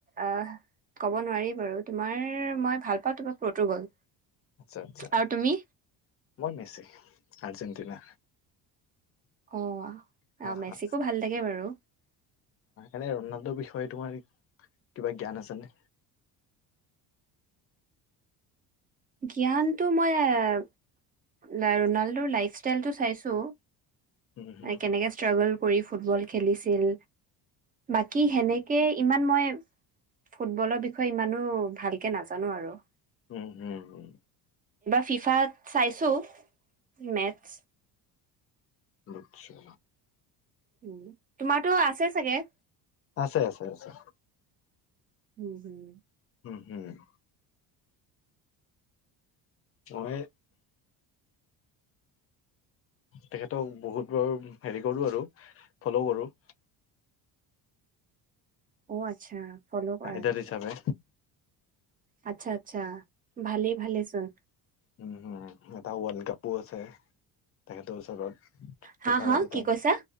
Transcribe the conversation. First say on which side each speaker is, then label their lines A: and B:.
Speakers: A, on the right; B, on the left.
A: আহ ক'ব নোৱাৰি বাৰু তোমাৰ মই ভাল পাওঁ তোমাৰ পৰ্তুগল।
B: আচ্ছা -আচ্ছা,
A: আৰু তুমি
B: মই মেছি আৰ্জেণ্টিনা।
A: অহ,
B: হা
A: আহ মেচিকো
B: হা
A: ভাল লাগে বাৰু
B: এনে ৰুনাল্ডৰ বিষয় তোমাৰ কিবা জ্ঞান আছে নে?
A: জ্ঞানতটো মই ৰুনাল্ডৰ লাইফষ্টাইলটো চাইছো,
B: উম হুম
A: কেনেকে ষ্ট্ৰাগল কৰি ফুটবল খেলিছিল। বাকী সেনেকে ইমান মই ফুটবলৰ বিষয়ে ইমানো ভালকে নাজানো আৰু।
B: উম, হম উহ।
A: ফিফাত চাইছো মেটছ।
B: আচ্ছা।
A: উম, তোমাৰতো আছে চাগে?
B: আছে- আছে -আছে।
A: উম, হম।
B: উম মই তেখেতক বহুত বাৰু হেৰি কৰোঁ আৰু ফল কৰোঁ।
A: অহ, আচ্ছা ফল কৰা
B: আইডল
A: নেকি?
B: হিচাপে
A: আচ্ছা -আচ্ছা ভালেই- ভালে চোন।
B: উম, হম এটা ৱৰ্ল্ড কাপো আছে তেখেতৰ ওচৰত। ফিফা
A: হা- হা
B: ৱৰ্ল্ড
A: কি
B: কাপ
A: কৈছা?